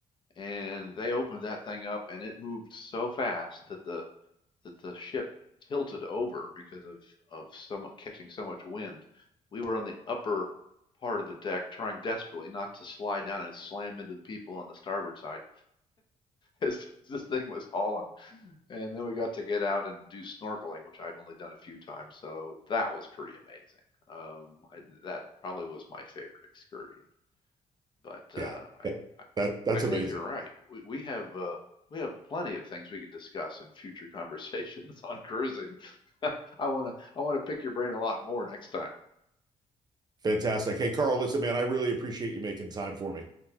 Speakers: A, on the left (about 35°); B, on the right (about 30°).
A: And they opened that thing up, and it moved so fast that the that the ship tilted over because of of so much catching so much wind. We were on the upper part of the deck, trying desperately not to slide down and slam into the people on the starboard side as <laughs> this thing was hauling. And then we got to get out and do snorkeling, which I've only done a few times, so that was pretty amazing. Um, I, that probably was my favorite excursion. But uh,
B: Yeah,
A: I, I,
B: that that's
A: I
B: amazing,
A: think you're right. We we have uh, we have plenty of things we could discuss in future conversations <laughs> on cruising. <laughs> I wanna I wanna pick your brain a lot more next time.
B: fantastic. Hey, Carl, listen, man, I really appreciate you making time for me.